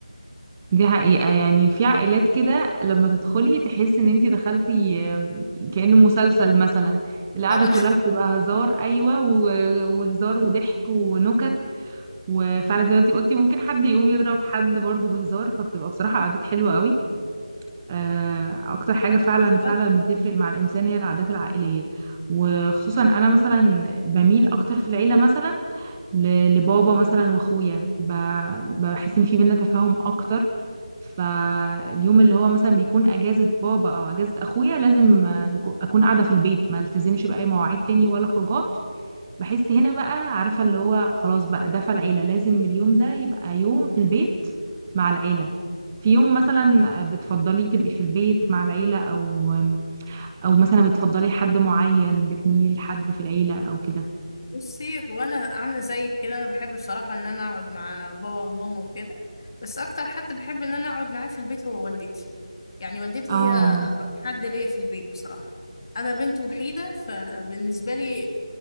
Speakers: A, on the right; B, on the left.
A: دي حقيقة يعني في عائلات كده لما تدخلي تحسي ان انت دخلتي آه، كأنه مسلسل مثلا القعدة
B: فرح
A: كلها بتبقى هزار ايوه و- وهزار وضحك ونكت وفعلا زي ما انتي قلتي ممكن حد يقوم يضرب حد برضه بهزار فبتبقى بصراحة عادات حلوة قوي آه، اكتر حاجة فعلا
B: بالظبط.
A: فعلا بتفرق مع الانسان هي العادات العائلية وخصوصا انا مثلا بميل اكتر في العيلة مثلا ل- لبابا مثلا واخويا ب- بحس ان في بينا تفاهم اكتر فاليوم اللي هو مثلا بيكون اجازة بابا او اجازة اخويا لازم آه، نكو- اكون قاعدة في البيت ما التزمش باي مواعيد تاني ولا خروجات بحس هنا بقى عارفة اللي هو خلاص بقى ده فالعيلة لازم اليوم ده يبقى يوم في البيت مع العيلة في يوم مثلا بتفضليه تبقي في البيت مع العيلة أو أو مثلا بتفضلي حد معين بتميلي لحد في العيلة أو كده
B: بصي وانا عاملة زيك كده انا بحب بصراحة ان انا اقعد مع بابا وماما وكده بس اكتر حد بحب ان انا اقعد معاه في البيت هو والدتي يعني والدتي
A: اه
B: هي أقرب حد ليا في البيت بصراحة انا بنت وحيدة فبالنسبة لي